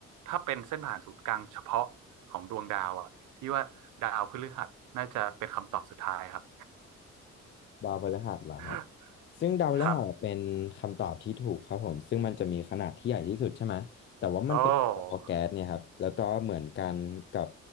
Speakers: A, on the right; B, on the left.
A: ถ้าเป็นเส้นผ่านศูนย์กลางเฉพาะของดวงดาวอ่ะพี่ว่าดาวพฤหัสน่าจะเป็นคำตอบสุดท้ายครับ
B: ดาวพฤหัสเหรอครับ
A: <laughs>
B: ซึ่งดาวพฤหัสเป็นคำตอบที่ถูกครับผมซึ่งมันจะมีขนาดที่ใหญ่ที่สุดใช่ไหมแต่ว่ามันเป็นดาวเคราะห์แก๊สเนี่ยครับแล้วก็เหมือนกันกับ
A: ครับโอ้